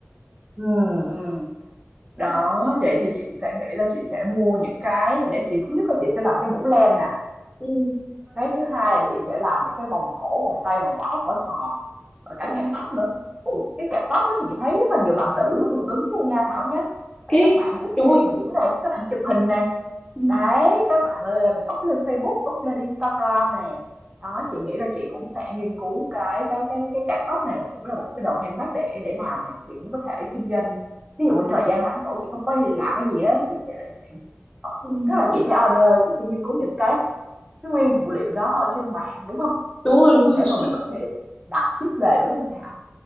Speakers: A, on the right; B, on the left.
A: ừm, ừm. Đó,
B: <laughs>
A: vậy thì chị sẽ nghĩ là chị sẽ mua những cái để chị thứ nhất là chị sẽ làm cái mũ len nè,
B: ừ
A: cái thứ hai là chị sẽ làm những cái vòng cổ, vòng tay, vòng bỏ ốc, vỏ sò và cả
B: ờ,
A: kẹp tóc nữa. Ồ, cái kẹp tóc đó thì chị thấy rất là nhiều bạn nữ hưởng ứng luôn nha Thảo nhá. Tại
B: cái
A: các bạn thích
B: đúng
A: đi
B: rồi
A: biển này, các bạn chụp hình này.
B: ừ,
A: Đấy, các bạn ơi, em up lên Facebook, up lên Instagram này. Đó, chị nghĩ là chị cũng sẽ nghiên cứu cái cái cái cái cạp tóc này cũng là một cái đồ handmade để để làm này, chị cũng có thể kinh doanh. Ví dụ như thời gian rảnh rỗi chị không có làm cái gì đó, chị thì lại sẽ ờ,
B: ừ,
A: tức là chị sẽ order, chị sẽ nghiên cứu những cái cái nguyên phụ liệu đó ở trên mạng đúng không?
B: đúng rồi đúng
A: Để
B: rồi
A: mà
B: chị
A: mình
B: chị.
A: có thể đặt ship về đúng không Thảo?